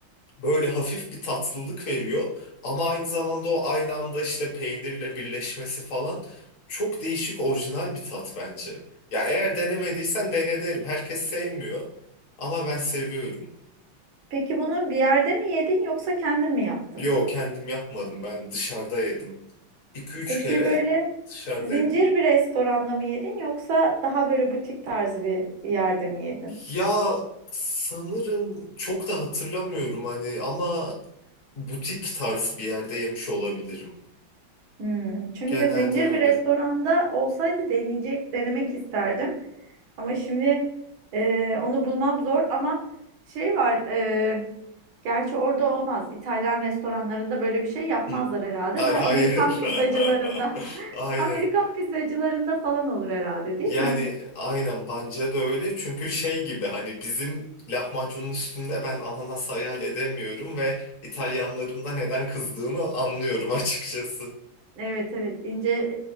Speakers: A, on the left (about 45°); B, on the right (about 80°).
A: Böyle hafif bir tatlılık veriyor ama aynı zamanda o aynı anda işte peynirle birleşmesi falan çok değişik orijinal bir tat bence. Ya eğer denemediysen dene derim. Herkes sevmiyor ama ben seviyorum.
B: Peki bunu bir yerde mi yedin yoksa kendin mi yaptın?
A: Yo kendim yapmadım ben dışarıda yedim. 2 üç
B: Peki
A: kere
B: böyle
A: dışarıda
B: zincir
A: yedim.
B: bir restoranda mı yedin yoksa daha böyle butik tarzı bir yerde mi yedin?
A: Ya sanırım çok da hatırlamıyorum hani ama Butik tarz bir yerde yemiş olabilirim.
B: Hmm, çünkü
A: Genelde
B: zincir
A: öyle.
B: bir restoranda olsaydı deneyecek, denemek isterdim. Ama şimdi e, onu bulmam zor ama şey var e, gerçi orada olmaz. İtalyan restoranlarında böyle bir şey yapmazlar
A: Hı.
B: herhalde.
A: Ay
B: Bu
A: hayır.
B: Amerikan pizzacılarında
A: <laughs>
B: <laughs>
A: Aynen.
B: Amerikan pizzacılarında falan olur herhalde değil
A: Yani
B: mi?
A: aynen bence de öyle. Çünkü şey gibi hani bizim lahmacunun üstünde ben ananas hayal edemiyorum ve İtalyanların da neden kızdığını anlıyorum açıkçası.
B: Evet evet ince